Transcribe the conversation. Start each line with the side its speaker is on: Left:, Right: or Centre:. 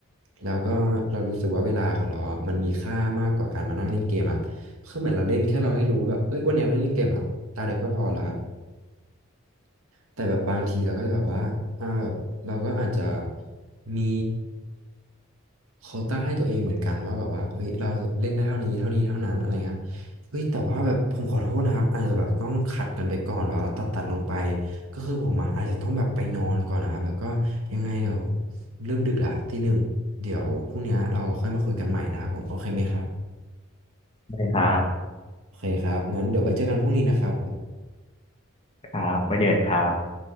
Right: แล้วก็เรารู้สึกว่าเวลาของเราอ่ะมันมีค่ามากกว่าการมานั่งเล่นเกมอะคือเหมือนเราเล่นแค่เราให้รู้ว่าแบบเอ้ยวันนี้เราเล่นเกมเหรอตาเดียวก็พอละครับ แต่แบบบางทีเราก็แบบว่าอ่าแบบเราก็อาจจะมีโควต้าให้ตัวเองเหมือนกันว่าแบบว่าเอ้ยเราเล่นได้เท่านี้เท่านี้เท่านั้นอะไรเงี้ยครับเฮ้ยแต่ว่าแบบผมขอโทษนะครับอาจจะแบบต้องขัดกันไปก่อนแบบว่าตัดตัดลงไปก็คือผมอะอาจจะต้องแบบไปนอนก่อนนะครับแล้วก็ยังไงเดี๋ยวเริ่มดึกละทีหนึ่งเดี๋ยวพรุ่งนี้เราค่อยมาคุยกันใหม่นะครับผมโอเคไหมครับ
Left: ได้ครับ
Right: โอเคครับงั้นเดี๋ยวไว้เจอกันพรุ่งนี้นะครับผม
Left: ครับมาเจอกันครับ